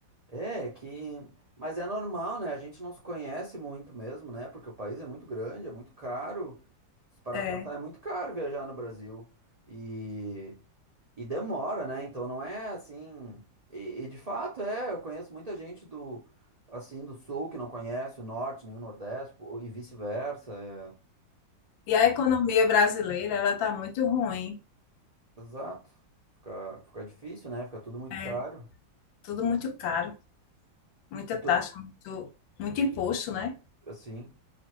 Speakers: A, on the right; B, on the left.
A: É, que. Mas é normal, né? A gente não se conhece muito mesmo, né? Porque o país é muito grande, é muito caro. Se parar
B: É.
A: pra pensar, é muito caro viajar no Brasil. E, e demora, né? Então não é assim. E, e de fato é, eu conheço muita gente do assim do sul que não conhece o norte nem o nordeste pô, e vice-versa. é.
B: E a economia brasileira, ela está muito ruim.
A: Exato. Fica, fica difícil, né? Fica tudo muito
B: É
A: caro.
B: tudo muito caro, muita
A: E tu,
B: taxa, muito, muito imposto, né?
A: assim,